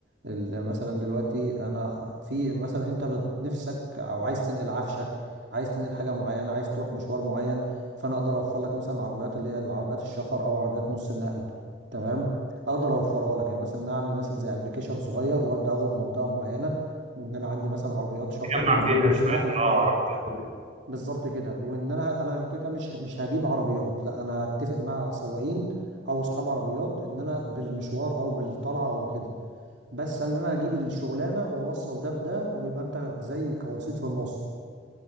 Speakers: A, on the right; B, on the right.
A: ال- مثلا دلوقتي انا في مثلا انت بت- نفسك او عايز تنقل عفشك عايز تنقل حاجة معينة عايز تروح مشوار معين فانا اقدر اوفر لك مثلا العربيات اللي هي العربيات الشفر او عربيات نص النقل تمام اقدر اوفرها لك يعني مثلا اعمل مثلا زي ابلكيشن صغير وابدا اخد منطقة معينة ان انا عندي مثلا عربيات شفر
B: تجمع
A: وعربيات
B: فيها
A: نص
B: شويه
A: نقل اه
B: اه عربيات
A: بالظبط كده وان انا انا كده كده مش مش هجيب عربيات لا انا اتفق مع سواقين او اصحاب عربيات ان انا بالمشوار او بالطلعه او كده بس ان انا اجيب الشغلانه واوصل ده بده ويبقى انت زي كوسيط في النص